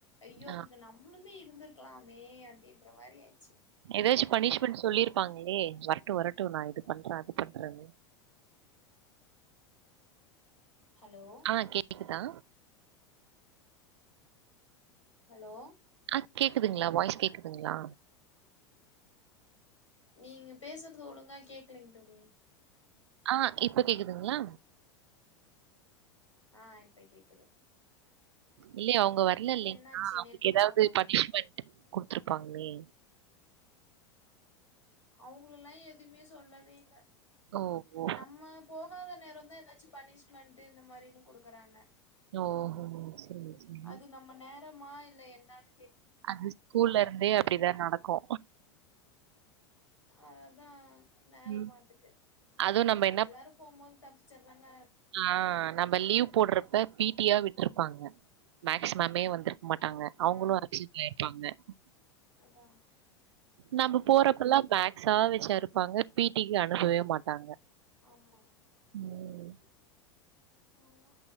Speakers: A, on the left; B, on the right.
A: ஐயோ
B: ஆ.
A: அதுக்கு நம் ம்ளுமே இருந்துருக்கலாமே அப்டின்ற மாரி ஆய்ச்சு
B: ஏதாச்சு பனிஷ்மெண்ட் சொல்லிருப்பாங்களே வரட்டு வரட்டு நா இது பண்றே அது பண்றேன்னு
A: ஹலோ
B: ஆஹ் கேட்குதா
A: ஹலோ
B: அ கேக்குதுங்களா வாய்ஸ் கேக்குதுங்களா
A: நீங்க பேசுறது ஒழுங்கா கேட்கலைங்க தோழி
B: ஆஹ் இப்ப கேக்குதுங்களா
A: ஆ இப்ப கேட்குது
B: இல்லயே அவுங்க வரல இல்லைங்களா
A: என்னாச்சு
B: அவுங்களுக்கு
A: நெட்வொர்க்
B: ஏதாவ்து
A: ப்ராப்ளமா
B: பனிஷ்மெண்ட் குடுத்துருப்பாங்ளே
A: அவுங்களலா எதுமே சொல்லவே இல்ல
B: ஓ! ஓ!
A: நம்ம போகாத நேர தா ஏதாச்சு பனிஷ்மெண்ட்டு இந்த மாரின்னு குடுக்குறாங்க
B: ஓஹோ! சரி, சரி.
A: அது நம்ம நேரமா இல்ல என்னனு
B: அது ஸ்கூல்ல இருந்தே அப்டிதா நடக்கு
A: அதான் நேர
B: ம்.
A: மாட்டுக்கு
B: அதுவும் நம்ம
A: எல்லாரு போபோது தப்பிச்சிறாங்க
B: ஆஹ் நம்ம லீவ் போடுறப்ப பீ டி யா விட்டுருப்பாங்க மேக்ஸ் மேமே வந்திரு மாட்டாங்க அவுங்களு
A: ஆ
B: அப்சென்ட் ஆயிருப்பாங்க
A: அதா
B: நம்ப
A: அதா
B: போறப்பல்லா மாக்ஸா வச்சு அருப்பாங்க பீட்டிக்கு அனுப்பவே மாட்டாங்க
A: ஆமா
B: ம்.
A: <unintelligible> ஆமா